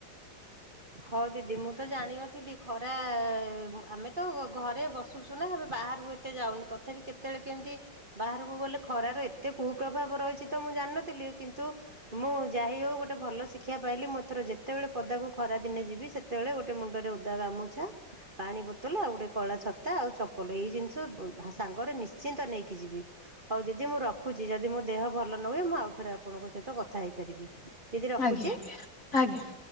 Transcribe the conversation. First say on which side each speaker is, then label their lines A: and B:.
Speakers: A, on the right; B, on the left.
A: ହଉ ଦିଦି ମୁଁ ତ ଜାଣିନଥିଲି ଖରା ଆମେ ତ ଘରେ ବସୁଛୁ ନା ଆମେ ବାହାରୁ ଏତେ ଯାଉନୁ ତଥାପି କେତେବେଳେ କେମିତି ବାହାରକୁ ଗଲେ ଖରାର ଏତେ କୁପ୍ରଭାବ ରହିଛି ତ ମୁଁ ଜାଣିନଥିଲି କିନ୍ତୁ ମୁଁ ଯାହି ହଉ ଗୋଟେ ଭଲ ଶିକ୍ଷା ପାଇଲି ମୁଁ ଏଥର ଯେତେବେଳେ ପଦାକୁ ଖରା ଦିନେ ଯିବି ସେତେବେଳେ ଗୋଟେ ମୁଣ୍ଡରେ ଉଦା ଗାମୁଛା ପାଣି ବୋତଲ ଆଉ ଗୋଟେ କଳା ଛତା ଆଉ ଚପଲ ଏଇ ଜିନିଷ ସାଙ୍ଗରେ ନିଶ୍ଚିନ୍ତ ନେଇକି ଯିବି ହଉ ଦିଦି ମୁଁ ରଖୁଛି ଯଦି ମୋ ଦେହ ଭଲ ନ ହୁଏ ମୁଁ ଆଉ ଥରେ ଆପଣଙ୍କ ସହିତ କଥା ହେଇପାରିବି ଦିଦି ରଖୁଛି।
B: ଆଜ୍ଞା ଆଜ୍ଞା ଆଜ୍ଞା